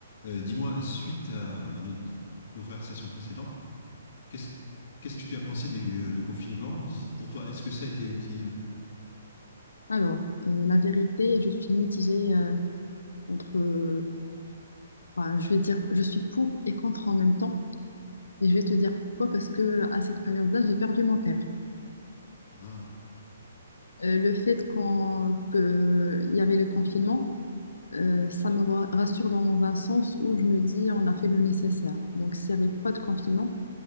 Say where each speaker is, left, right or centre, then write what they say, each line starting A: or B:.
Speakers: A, on the left; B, on the left.
A: Euh, dis-moi, suite à, à notre conversation précédente, qu'est-ce qu'est-ce que tu as pensé du, euh, du confinement? Si- Pour toi, est-ce que ça a été utile?
B: Alors, euh, la vérité, je suis mitigée euh, entre, euh, bah, je vais dire, je suis pour et contre en même temps. Et je vais te dire pourquoi, parce que à cette période-là, j'ai perdu mon père.
A: Ah.
B: Euh, le fait qu'on, que il y avait le confinement, euh, ça me ra- rassure dans un sens où je me dis, on a fait le nécessaire. Donc, s'il n'y avait pas de confinement,